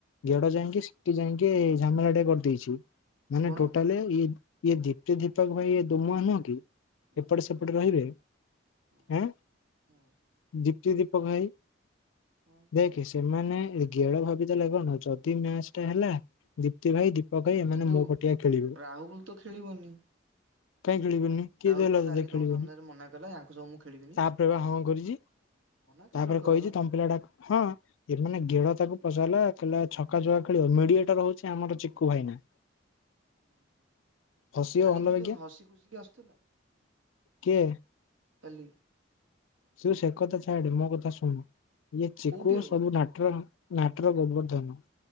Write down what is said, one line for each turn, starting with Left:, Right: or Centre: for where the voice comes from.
Left: ଝେଡ ଯାଇକି ସେଠି ଯାଇକି ଝାମେଲା ଟେ କରିଦେଇଛି ମାନେ
Right: କଣ?
Left: ଟୋଟାଲି ଇ ଦୀପୀପା ଭାଇ ଦୁମ ନୁହଁ କି
Right: ହଁ
Left: ଏପଟେ
Right: ସେ ତ
Left: ସେପଟେ
Right: ତୁ ମୁହଁ
Left: ରହିବେ
Right: ହଁ
Left: ଆଁ
Right: ହଁ
Left: ଦୀପ ଭାଇ
Right: ହଁ
Left: ଦେଖି ସେମାନେ ଗେଡ ଭାବି ତ ଲାଗନ ଯଦି ମ୍ୟାଚ ଟା ହେଲା ଦୀପ୍ତି ଭାଇ ଦ ପକେଇ ଏମାନେ
Right: କିନ୍ତୁ
Left: ମୋ ପଟିଆ ଖେଳିବୁ।
Right: ରାହୁଲ ତ ଖେଳିବନି
Left: ଖେଳିବନି କିଏ
Right: ରାହୁଲ
Left: ଦେଲା
Right: ତ କାଲି ତମ
Left: ଖେଳିବନି
Right: ସାମ୍ନାରେ ମନା କଲା ୟାଙ୍କୁ ସବୁ ମୁଁ ଖେଳିବିନି।
Left: ତାପରେ ବା ହଁ। ତାପରେ
Right: ହଁ ନା କେତେବେଳେ କଲା
Left: କହିଛି
Right: ବା
Left: ତପିଲା ହଁ ଗ ତାକୁ ପଚାରିଲା କ ଛକା ଖେଳିବ ମିଡିଆ ଟ ର ହଉଛି ଆମର ଚିକୁ ଭାଇନା
Right: ହୁଁ ହୁଁ।
Left: ଫସିବ
Right: କାଲି
Left: ଭଲ
Right: କେମିତି
Left: ବାଗିଆ
Right: ହସି ଖୁସିିକି ଆସୁଥିଲା
Left: କିଏ
Right: କାଲି।
Left: ତୁ ସେ କଥା ଛାଆଡେ ମୋ କଥା ଶୁଣୁ ଇଏ ଚକୁ
Right: କୋଉଠି ହବ
Left: ସବୁ ଧାଟର। ନାଟର ଗୋବବର୍ଦ୍ଧନ